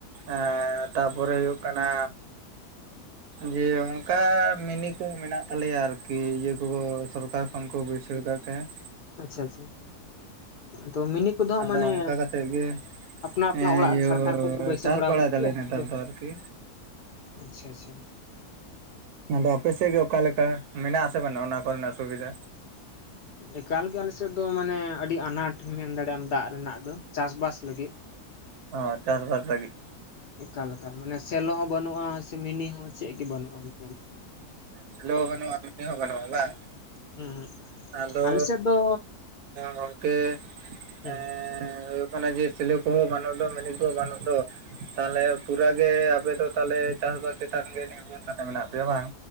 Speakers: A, on the right; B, on the left.
A: ᱮᱸ ᱛᱟᱯᱚᱨᱮ ᱦᱳᱭᱳᱜ ᱠᱟᱱᱟ ᱡᱮ ᱚᱝᱠᱟ ᱢᱤᱱᱤ ᱠᱚ ᱢᱤᱱᱟᱜ ᱛᱟᱞᱮᱭ-ᱟ ᱟᱨᱠᱤ, ᱤᱭᱟᱹ ᱠᱚ ᱥᱚᱨᱠᱟᱨ ᱠᱷᱚᱱ ᱠᱚ ᱵᱟᱹᱭᱥᱟᱹᱣ ᱠᱟᱜ ᱛᱟᱦᱮᱸᱫ᱾
B: ᱟᱪᱪᱷᱟ ᱟᱪᱪᱷᱟ ᱛᱚ ᱢᱤᱱᱤ ᱠᱚᱫᱚ ᱦᱟᱸᱜ
A: ᱟᱫᱚ
B: ᱢᱟᱱᱮ
A: ᱚᱱᱠᱟ ᱠᱟᱛᱮᱜ ᱜᱮ
B: ᱟᱯᱱᱟ ᱟᱯᱱᱟ
A: ᱦᱮᱸ
B: ᱚᱲᱟᱜ
A: ᱤᱭᱟᱹ
B: ᱨᱮ ᱥᱟᱨᱠᱟᱨ ᱠᱷᱚᱡ ᱠᱚ ᱵᱟᱹᱭᱥᱟᱹᱣ
A: ᱪᱟᱥ
B: ᱵᱟᱲᱟᱣ
A: ᱵᱟᱲᱟᱭ
B: ᱠᱟᱜ
A: ᱫᱟᱞᱮ
B: ᱯᱮᱭᱟ,
A: ᱱᱮᱛᱟᱨ
B: ᱥᱮ
A: ᱫᱚ ᱟᱨᱠᱤ
B: ᱟᱪᱪᱷᱟ ᱟᱪᱪᱷᱟ᱾
A: ᱟᱫᱚ ᱟᱯᱮ ᱥᱮᱜ ᱜᱮ ᱚᱠᱟᱞᱮᱠᱟ, ᱢᱮᱱᱟᱜ-ᱟ ᱥᱮ ᱵᱟᱹᱱᱩᱜᱼᱟ ᱚᱱᱟ ᱠᱚᱨᱮᱱᱟᱜ ᱥᱩᱵᱤᱫᱟ?
B: ᱮᱠᱟᱞᱜᱮ ᱟᱞᱮ ᱥᱮᱫ ᱫᱚ ᱢᱟᱱᱮ ᱟᱹᱰᱤ ᱟᱱᱟᱴ ᱢᱮᱱ ᱫᱟᱲᱮᱜᱟᱢ ᱫᱟᱜ ᱨᱮᱱᱟᱜ ᱫᱚ ᱪᱟᱥ ᱵᱟᱥ ᱞᱟᱹᱜᱤᱫ ᱾
A: ᱚ ᱪᱟᱥ ᱵᱟᱥ ᱞᱟᱹᱜᱤᱫ?
B: ᱮᱠᱟᱞ ᱮᱠᱟᱞ ᱢᱟᱱᱮ ᱥᱮᱞᱚ ᱦᱚᱸ ᱵᱟᱹᱱᱩᱜ-ᱟ, ᱥᱮ ᱢᱤᱱᱤ ᱦᱚᱸ ᱪᱮᱜ ᱜᱮ ᱵᱟᱹᱱᱩᱜ-ᱟ <inaudible>
A: ᱥᱮᱞᱳ ᱦᱚᱸ ᱵᱟᱹᱱᱩᱜ-ᱟ ᱢᱤᱱᱤ ᱦᱚᱸ ᱵᱟᱹᱱᱩᱜ-ᱟ ᱵᱟᱝ?
B: ᱦᱩᱸ
A: ᱟᱫᱚ
B: ᱟᱞᱮ ᱥᱮᱫ ᱫᱚ
A: ᱜᱚᱝᱠᱮ
B: ᱦᱩᱸ
A: ᱮᱸ ᱦᱳᱭᱳᱜ ᱚᱱᱟ ᱡᱮ ᱥᱤᱞᱳ ᱠᱚᱦᱚᱸ ᱵᱟᱹᱱᱩᱜ ᱫᱚ ᱢᱤᱱᱤ ᱠᱚᱦᱚᱸ ᱵᱟᱹᱱᱩᱜ ᱫᱚ᱾ ᱛᱟᱦᱞᱮ ᱯᱩᱨᱟᱜᱮ ᱟᱯᱮ ᱫᱚ ᱛᱟᱦᱞᱮ ᱪᱟᱥᱵᱟᱥ ᱪᱮᱛᱟᱱ ᱜᱮ ᱱᱤᱨᱵᱷᱚᱨ ᱠᱟᱛᱮ ᱢᱮᱱᱟᱜ ᱯᱮᱭᱟ ᱵᱟᱝ?